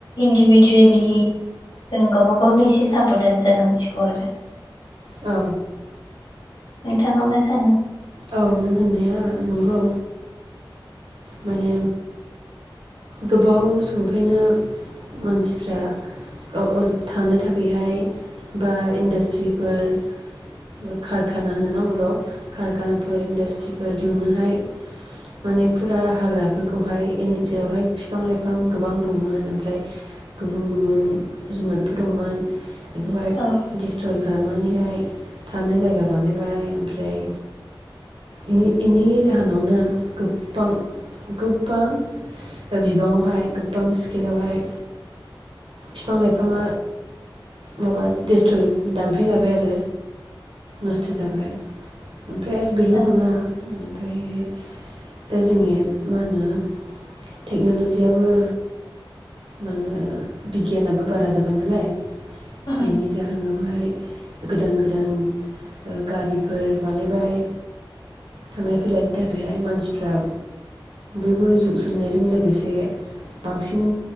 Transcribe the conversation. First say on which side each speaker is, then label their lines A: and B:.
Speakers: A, on the left; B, on the right.
A: इन्दिभिजुवेलि जों गावबा गावनो एसे साबधान जानांसिगौ आरो
B: औ
A: नोंथाङा मा सानो?
B: औ नों होननाया नंगौ माने गोबाव समनिफायनो मानसिफ्रा औ औ थानो थाखायहाय बा इन्डास्ट्रिफोर कारखाना होनो ना बर'आव कारखानाफोर इन्डास्ट्रिफोर दिहुनोहाय माने फुरा हाग्राफोरखौहाय जेरावहाय बिफां लाइफां गोबां दंमोन ओमफ्राय गुबुन गुबुन जुनादफोर दंमोन बेखौहाय
A: औ
B: दिस्ट्रय खालाम थांनानैहाय थानो जायगा बानायबाय ओमफ्राय इनि-इनि जाहोनावनो गोबां गोबां दा बिबाङावहाय गोबां स्किलावहाय फिफां लाइफाङा माबा दिस्ट्रय दानफै जाबाय आरो नस्थ' जाबाय ओमफ्राय आरो बेल'
A: औ
B: नङा ओमफायहाय दा जोंनिया मा होनो टेक्न'ल'जियाबो मा होनो बिगियानाबो बारा जाबाय नालाय
A: उम
B: बिनि जाहोनावहाय गोदान गोदान ओ गारिफोर बानायबाय थांलाय फैलायनि थाखायहाय मानसिफ्रा बयबो जुग सोंनायजों लोगोसे बांसिन